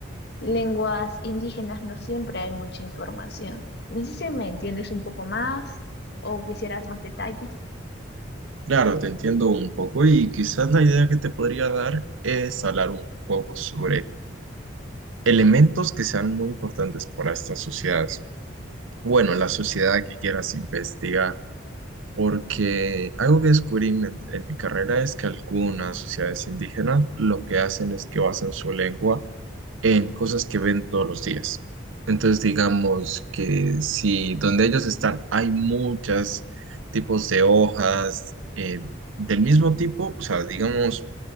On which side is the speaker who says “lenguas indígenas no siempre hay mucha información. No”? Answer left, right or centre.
Left